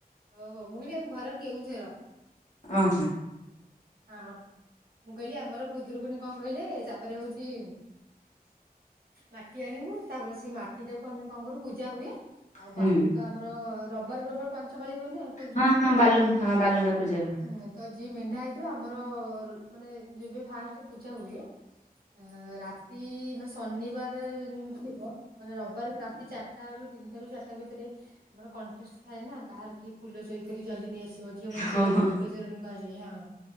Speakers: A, on the right (about 70°); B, on the left (about 50°).
A: ଓହୋ ମୁଁକଇଲି ଆମ ଘର କେଉଁଝର।
B: ଅ ହଁ।
A: ହଁ ହଁ ମୁଁ କହିଲି ଆମର ଖୁଦରୁକୁଣୀ କଣ କହିଲେ ତାପରେ ହଉଛି ମାଟି ଆଣିବୁ, ତାପରେ ସେଇ ମାଟି ଟାକୁ ଆମେ କଣ କରିବୁ ପୂଜା ହୁଏ ଆଉ
B: ହୁଁ
A: ବାଲୁକା ଆମର ରବାରକୁ ରବାର ପାଞ୍ଚ ପାଳି ହୁଏନା? ଖୁଦରୁକୁଣିଟା
B: ହଁ ହଁ ବାଲୁ ହଁ ବାଲୁଙ୍ଗା ପୂଜା ହୁଏ।
A: ଉଁ ତ ଯିଏ ମେଣ୍ଢା ହେଇଥିବ ଆମର ମାନେ ଯେବେ ଫାଷ୍ଟ ପୂଜା ହୁଏ ଅ ରାତି ମାନେ ଶନିବାର ଯେନ୍‌ ଥିବ ମାନେ ରବିବାର ରାତି ଚାରଟାରୁ ତିନିଟାରୁ ଚାରଟା ଭିତରେ ଆମର କଣ୍ଟେଷ୍ଟ ଥାଏ ନା କାହାର କିଏ ଫୁଲ ଚୋରି କରି ଜଲଦି ନେଇଆସି ସିବ। ଝିଅ ମାନଙ୍କୁ
B: ହଁ
A: ସେଇ ଟାଇମରେ
B: ହଁ
A: ଫୁଲ ଚୋରଣୀ କୁହାଯାଏ ହଁ।